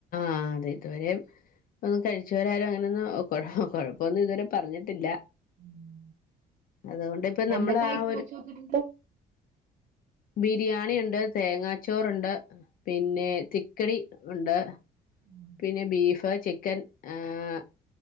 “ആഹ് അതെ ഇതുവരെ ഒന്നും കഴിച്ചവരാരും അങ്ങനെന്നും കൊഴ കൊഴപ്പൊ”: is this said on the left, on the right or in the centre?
Left